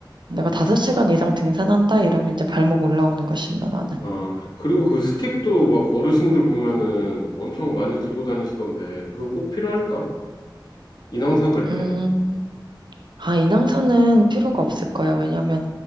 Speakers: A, on the right; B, on the left.
A: 내가 5시간 이상 등산한다 이러면 이제 발목 올라오는 거 신어, 나는.
B: 아, 그리고 그 스틱도 막 어르신들 보면은 엄청 많이 들고 다니시던데, 그거 꼭 필요할까? 인왕산 갈 때?
A: 음, 아, 인왕산은 필요가
B: 응,
A: 없을 거야. 왜냐면